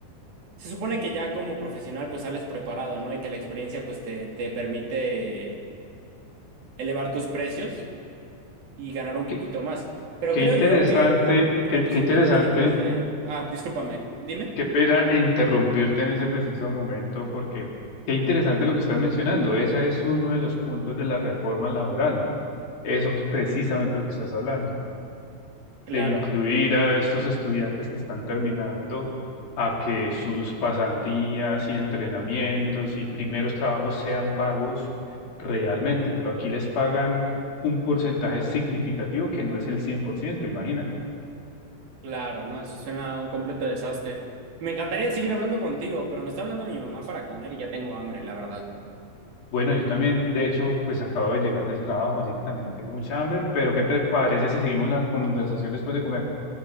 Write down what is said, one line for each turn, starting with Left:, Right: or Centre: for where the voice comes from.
Right: Se supone que ya como profesional pues sales preparado, ¿no? Y que la experiencia pues te, te permite elevar tus precios y ganar un
Left: Qué,
Right: poquito más. Pero
Left: qué
Right: creo
Left: interesante,
Right: yo que producimos
Left: qué, qué interesante.
Right: México de... Ah, discúlpame, dime.
Left: Qué pena interrumpirte en ese preciso momento, porque qué interesante lo que estás mencionando. Ese es uno de los puntos de la reforma laboral. Eso que, precisamente lo que estás hablando.
Right: Claro,
Left: de incluir a estos estudiantes que están terminando a que sus pasantías y entrenamientos y primeros trabajos sean pagos realmente, pero aquí les pagan un porcentaje significativo que no es el cien por ciento imagínate.
Right: claro, no, eso suena a un completo desastre. Me encantaría seguir hablando contigo, pero me está hablando mi mamá para comer y ya tengo hambre, la verdad.
Left: Bueno, yo también, de hecho, pues acabo de llegar del trabajo, así que también tengo mucha hambre, pero ¿qué te parece si seguimos la conversación después de comer?